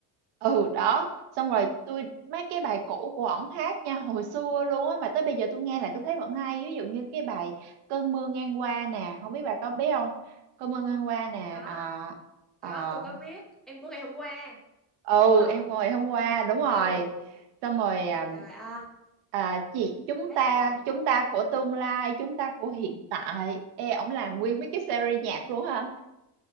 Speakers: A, on the right; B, in the centre.
A: ừ đó xong rồi tôi mấy cái bài cũ của ổng hát nha hồi xưa luôn á mà tới bây giờ tôi nghe lại tôi thấy vẫn hay ví dụ như cái bài cơn mưa ngang qua nè không biết bà có biết không cơn mưa ngang qua nè
B: có
A: à, à,
B: có tôi có viết em của ngày hôm qua
A: ừ
B: đúng không
A: em ngồi hôm qua đúng rồi
B: ừ
A: xong rồi à,
B: trời ơi
A: à, chị chúng
B: quá
A: ta
B: trời
A: chúng ta của tương lai chúng ta của hiện tại ê ổng làm nguyên mấy cái series nhạc luôn hả